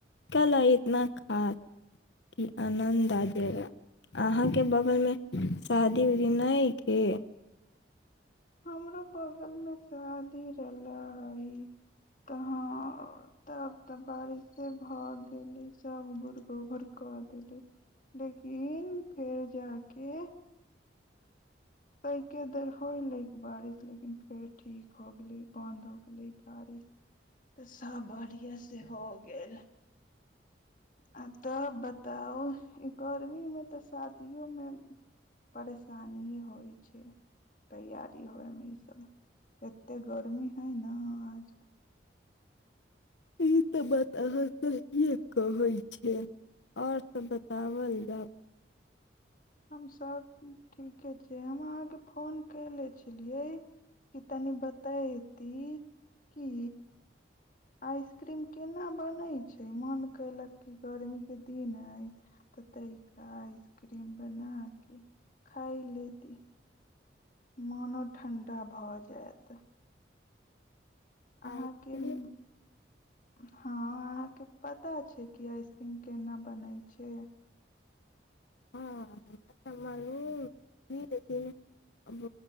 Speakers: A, on the left; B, on the left.
A: गैले इतना खास कि आनन्द आ जाएगा अहाँके बगलमे शादी उदी नहि के
B: हमरो बगलमे शादी रहलै तऽ हँ तब तऽ बारिशे भऽ गेलै सभ गुड़ गोबर कऽ देलकै लेकिन फेर जा के कै के देर होयलै बारिश लेकिन फेर ठीक हो गेले बन्द हो गेले बारिश तऽ सभ बढ़िआँ से हो गेल आ तब बताउ ई गर्मीमे तऽ शादियोमे परेशानीए होइ छैय तैयारी होइ मे इसभ एतेक गर्मी हइ ने आज
A: ई त बात अहाँ सहिए कहै छियै आओर सभ बताओल जाउ
B: हमसभ ठीके छै हम अहाँके फोन केले छलियै कि तनि बतयती की आइसक्रीम केना बनै छै मन कयलक की गर्मीक के दिन अइ तऽ तनिक आइसक्रीम बना के खाइ लेती मोनो ठण्डा भऽ जायत अहाँके
A: आइसक्रीम
B: हँ अहाँके पता छै की आइसक्रीम केना बनै छै
A: हँ हमऽ मालूम छी लेकिन अब